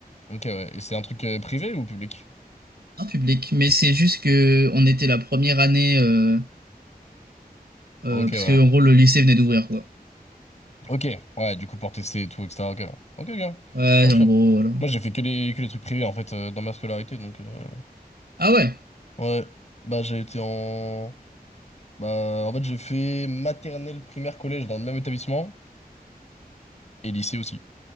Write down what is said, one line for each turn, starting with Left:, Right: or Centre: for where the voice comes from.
Left: Ok, ouais. Et c'est un truc euh, privé ou public?
Right: En public. Mais c'est juste que on était la première année, euh, euh,
Left: Ok,
Right: parce
Left: ouais.
Right: que, en gros, le lycée venait d'ouvrir, quoi.
Left: Ok, ouais. Du coup, pour tester et tout, etc. Ok, ouais. ok, ok.
Right: Ouais,
Left: Ouais, je suis
Right: en
Left: up.
Right: gros, voilà.
Left: Moi, j'ai fait que les que les trucs privés en fait euh, dans ma scolarité, donc euh,
Right: Ah ouais,
Left: ouais. Bah, j'ai été en bah en fait j'ai fait maternelle, primaire, collège dans le même établissement et lycée aussi.